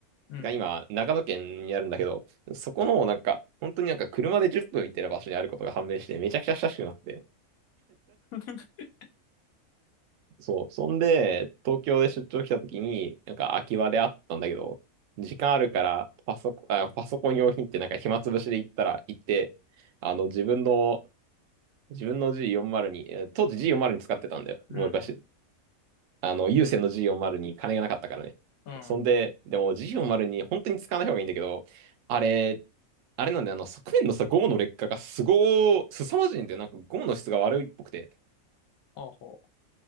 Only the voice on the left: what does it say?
うん。
<laughs>
うん。
うん。
ほうほう。